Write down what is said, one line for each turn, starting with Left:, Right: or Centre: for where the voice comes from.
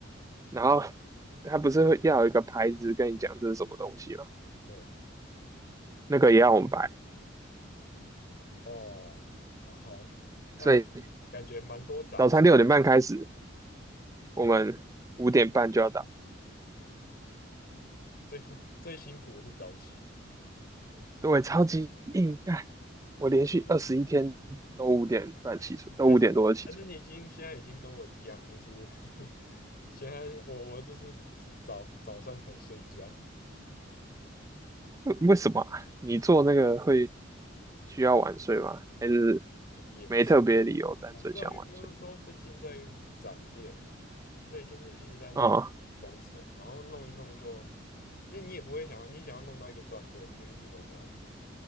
Right: 然后他不是会要有一个牌子跟你讲这是什么东西吗？
Left: 对，
Right: 那个也要我们摆，
Left: 哦，好，那
Right: 所以
Left: 感觉蛮多杂事，
Right: 早餐六点半开始，我们五点半就要到。
Left: 最 <laughs> 最辛苦的是早起，
Right: 对，超级硬干，我连续二十一天都五点半起床，
Left: 还是还是还是你已经现在已经跟我一样，
Right: 都五点多就起床。
Left: 就是 <laughs> 现在我我就是早早上才睡觉，
Right: 为为什么啊你做那个会需要晚睡吗？还是
Left: 也也不是。
Right: 没特别理由，单纯想晚睡？
Left: 哦，对啊，因为刚刚说最近在展店，所以就是一直在弄工程，
Right: 啊、
Left: 然后弄一弄就，因为你也不会想要，你想要弄到一个段落，你就一直弄下去，